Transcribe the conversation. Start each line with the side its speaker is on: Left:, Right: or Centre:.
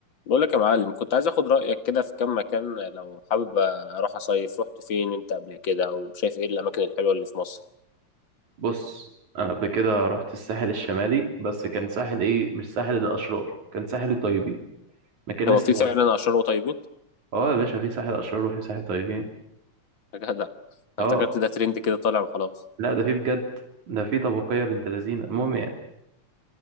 Left: بقول لك يا معلم كنت عايز اخد رأيك كده في كام مكان لو حابب اروح اصيف رحت فين انت قبل كده وشايف ايه الاماكن الحلوة اللي في مصر
Right: بص انا قبل كده رحت الساحل الشمالي بس كان ساحل ايه مش ساحل الاشرار كان ساحل طيبين مكان
Left: هو
Right: اسمه
Left: في فعلا
Right: وهم.
Left: اشرار وطيبين
Right: اه يا باشا في ساحل اشرار وفي ساحل طيبين
Left: يا جدع
Right: اه
Left: افتكرت ده ترند كده طالع وخلاص
Right: لا ده في بجد ده في طبقيه بنت لذينه المهم يعني